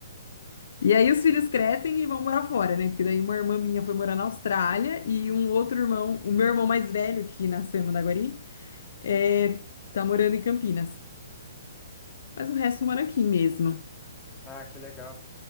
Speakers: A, on the left; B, on the left.
A: E aí os filhos crescem e vão morar fora, né? Porque daí uma irmã minha foi morar na Austrália e um outro irmão, o meu irmão mais velho, que nasceu em Mandaguari, é, tá morando em Campinas. Mas o resto mora aqui mesmo.
B: Ah, que legal.